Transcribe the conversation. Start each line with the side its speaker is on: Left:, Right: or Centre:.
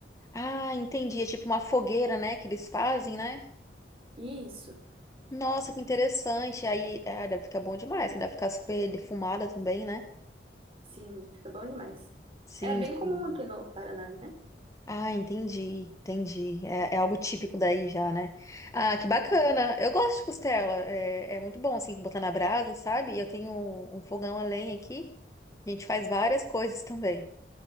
Left: Ah, entendi. É tipo uma fogueira, né, que eles fazem, né?
Right: Isso.
Left: Nossa, que interessante. Aí, ah, deve ficar bom demais, que deve ficar super defumada também, né?
Right: Sim, fica bom demais.
Left: Sim,
Right: É bem
Left: sim.
Right: comum aqui no Paraná, né?
Left: Ah, entendi, entendi. É, é algo típico daí já, né? Ah, que
Right: E,
Left: bacana. Eu gosto de costela. É, é muito bom, assim, botar na brasa, sabe? Eu tenho um um fogão a lenha aqui. A gente faz várias coisas também.